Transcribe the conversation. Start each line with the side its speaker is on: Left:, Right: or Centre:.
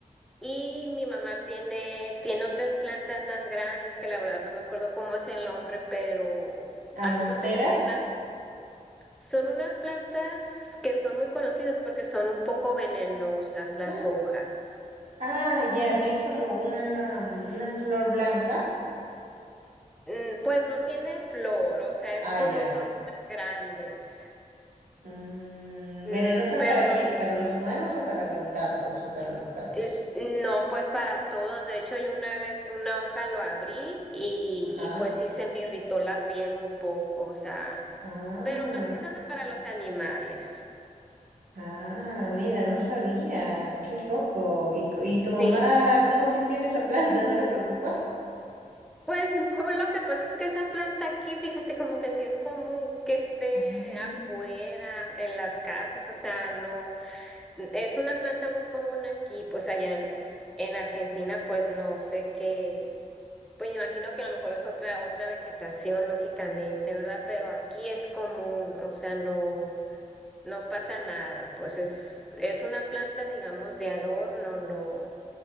Centre: Y mi mamá tiene, tiene otras plantas más grandes que la verdad no me acuerdo cómo es el nombre, pero
Right: ¿A
Centre: haz
Right: mosteras?
Centre: de cuenta que son unas, son unas plantas que son muy conocidas porque son un poco venenosas las
Right: Ah,
Centre: hojas.
Right: ah, ya, que es como una, mm, una flor blanca.
Centre: Mm, Pues no tiene flor, o sea, es
Right: Ah,
Centre: como
Right: ya.
Centre: son hojas grandes.
Right: Mm,
Centre: Mm,
Right: ¿venenosas
Centre: pero
Right: para
Centre: no,
Right: quién? ¿Para los humanos o para los gatos o para los perros?
Centre: eh, no, pues para todos. De hecho, yo una vez una hoja lo abrí y,
Right: Ajá.
Centre: y pues sí se me irritó la piel un poco, o sea,
Right: Ah,
Centre: pero más que nada para los animales.
Right: ah, mira, no sabía. Qué loco. ¿Y, cu- y tu mamá,
Centre: Sí.
Right: cómo así tiene esa planta? ¿No le preocupa?
Centre: Pues <laughs> no, lo que pasa es que esa planta aquí, fíjate, como que sí es común que esté
Right: Ah.
Centre: afuera, en las casas, o sea, no, es una planta muy común aquí, pues allá en, en Argentina, pues no sé qué. Pues me imagino que a lo mejor es otra, otra vegetación, lógicamente, ¿verdad? Pero aquí es común, o sea, no, no pasa nada. Pues es, es una planta, digamos, de adorno, no,